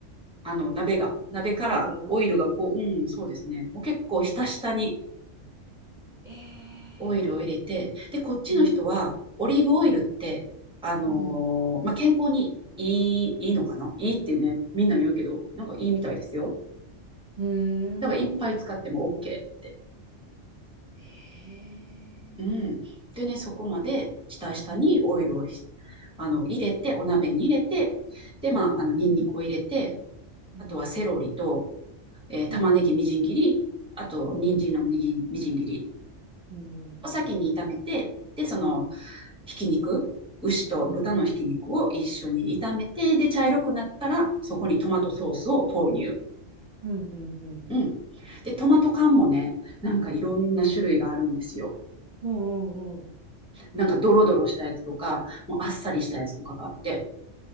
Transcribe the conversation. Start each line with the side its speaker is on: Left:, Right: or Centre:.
Centre: あの、鍋が。鍋からオイルが5、
Right: 鍋の
Centre: うん、そうですね。もう結構ひたひたに
Right: ええ
Centre: オイルを入れて、で、こっちの人は、
Right: ーうん。
Centre: オリーブオイルって、あのーまあ、
Right: うん。
Centre: 健康にいい、いいのかないいってね、みんな言うけど、なんかいいみたいですよ。
Right: うーん。
Centre: だからいっぱい使っても OK って。
Right: へえ。
Centre: うん。でね、そこまで下下にオイルをひ
Right: うん、
Centre: あの入れて、お鍋に入れて、で、
Right: うん、
Centre: まあ、あの、ニンニクを入れて、
Right: うん、
Centre: あとはセロリと、えー玉ねぎみじん切り、
Right: うん、
Centre: あと、
Right: うん、
Centre: 人参のみじんみじん切り
Right: うん、うん、
Centre: を先に炒めて、
Right: うん、
Centre: で、その、
Right: うん、
Centre: ひき肉、牛と豚のひき肉を一緒に炒めて、
Right: うん、
Centre: で、茶色くなったら、そこにトマトソースを投入。
Right: うん、
Centre: うん。で、トマト缶もね、なんかいろんな種類があるんですよ。
Right: うん、うん、
Centre: なんかドロドロしたやつとか、もうあっさりしたやつとかがあって。